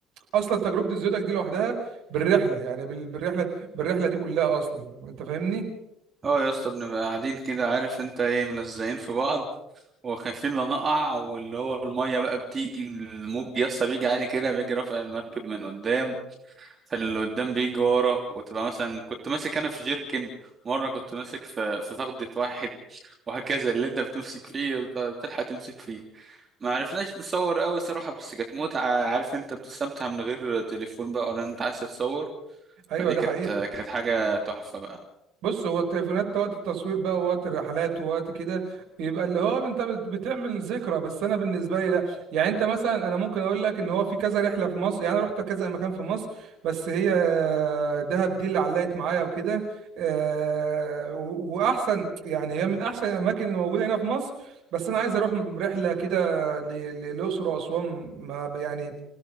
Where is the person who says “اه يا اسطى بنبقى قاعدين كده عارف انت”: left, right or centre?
Right